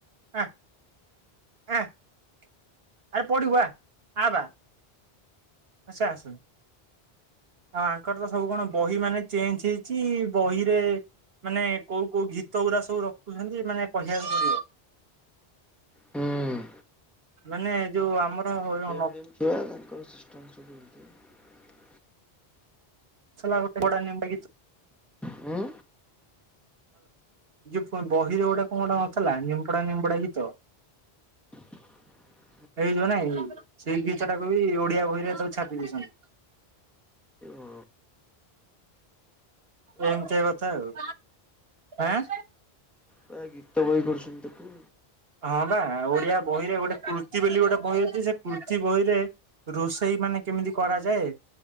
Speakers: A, on the right (about 70°); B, in the centre.
A: ଆ ଆ ଆ। ଆରେ ପଢିବୁ ଆ ଆବା। ସିଏ ଆସୁନ ଆଉ ଆଙ୍କର ତ ସବୁ କଣ ବହି ମାନେ ଚେଞ୍ଜ ହେଇଚି। ବହିରେ ମାନେ କୋଉ କୋଉ ଗୀତ ଗୁଡା ସବୁ ରଖୁଛନ୍ତି ମାନେ କହିବାକୁ ପଡିବ।
B: ହୁଁ
A: ମାନେ ଯୋଉ ଆମର ନ
B: ଜଙ୍କ ଛୁଆ ସିଷମଟ <unintelligible>
A: ସଟ ଗ <unintelligible>
B: ହୁଁ
A: ଯୋଉ ବହିରୁ ଗୋଟେ କଣ ନଥିଲା ନିମ୍ପଡା ନିମ୍ପଡା ଗୀତ।
B: <inaudible>
A: ହେଇଯିବ ନାଇଁ ସେଇ ଗୀତଟାକୁ ବି ଓଡିଆ ବହିରେ ସବୁ ଛାପି ଦେଇଛନ୍ତି।
B: ଓ
A: ଏମିତି ଆ କଥା ଆଉ ଆଁ।
B: ପୁରା ଗୀତ ବହି ଘୋଷ ତୁ।
A: ହଁ ବା ଓଡିଆ ବହିରେ ଗୋଟେ କୃତି ବୋଲି ଗୋଟେ ବହି ଅଛି ସେ କୃତି ବହିରେ ରୋଷେଇ ମାନେ କେମିତି କରାଯାଏ?